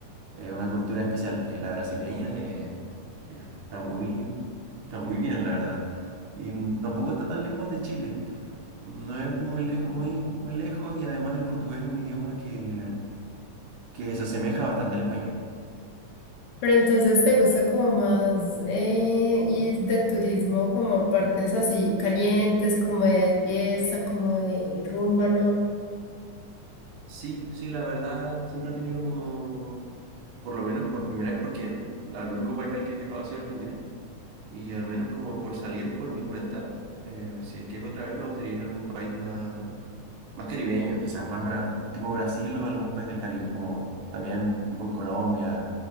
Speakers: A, on the right; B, on the left.
A: eh, una cultura especial, que la brasileña eh, está muy, está muy bien, la verdad. Y n- tampoco está tan lejos de Chile. No es muy lejos, muy, muy lejos y además el portugués es un idioma que que se asemeja bastante al español.
B: Pero entonces te gusta como más eh, ir de turismo como a partes así calientes, como de fiesta, como de rumba, ¿no?
A: Sí, sí, la verdad, siempre he tenido como, por lo menos por primera vez, porque la- el único país al que he viajado ha sido Argentina, y al menos como por salir por mi cuenta, eh, si es que es otra vez, me gustaría ir a algún país más, más caribeño, quizás más bra- tipo Brasil o algún país del Caribe, como también tipo Colombia,